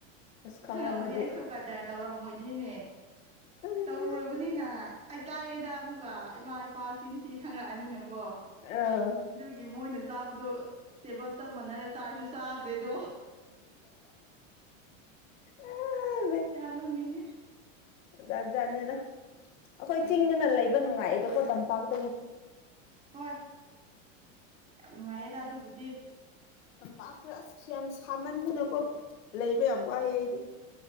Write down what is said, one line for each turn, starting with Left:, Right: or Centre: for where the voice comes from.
Left: ꯑꯁ ꯈꯪꯔꯝꯃꯗꯤ
Right: ꯈꯪꯉꯝꯃꯅꯤ ꯑꯩꯁꯨ ꯀꯗꯔ ꯇꯧꯔꯝꯃꯣꯏꯅꯤꯅꯦ
Left: ꯑꯂꯥ
Right: ꯇꯧꯔꯨꯔꯕꯅꯤꯅ ꯑꯩ ꯀꯥꯏꯑꯗ ꯑꯃꯨꯛꯀ ꯏꯃꯥ ꯏꯄꯥ ꯆꯤꯟꯊꯤ ꯈꯪꯪꯂꯛꯑꯅꯤꯅꯀꯣ
Left: ꯑꯥ
Right: ꯑ ꯃꯣꯏꯅ ꯆꯥꯕꯗꯣ ꯇꯦꯕꯜ ꯆꯞ ꯃꯥꯟꯅꯔꯦ ꯆꯥꯔꯁꯨ ꯆꯥꯗ꯭ꯔꯦꯗꯣ
Left: ꯑꯥ
Right: ꯀꯌꯥꯕꯪꯅꯤꯡꯦ
Left: ꯑꯣꯖꯥꯠ ꯖꯥꯠꯅꯦꯗ ꯑꯩꯈꯣꯏ
Right: ꯍꯣꯏ
Left: ꯆꯤꯡꯗꯅ ꯂꯩꯕ ꯅꯨꯡꯉꯥꯏꯌꯦꯗꯀꯣ ꯇꯝꯄꯥꯛꯇ
Right: ꯍꯣꯏ ꯌꯥꯝ ꯅꯨꯡꯉꯥꯏꯌꯦꯗ ꯑꯗꯨꯕꯨꯗꯤ
Left: ꯑꯝ ꯄꯥ ꯌꯥꯁꯤ ꯌꯥꯝ ꯈꯥꯃꯟꯗꯅꯀꯣ ꯂꯩꯕ ꯌꯥꯝ ꯋꯥꯏ ꯑꯩꯗꯤ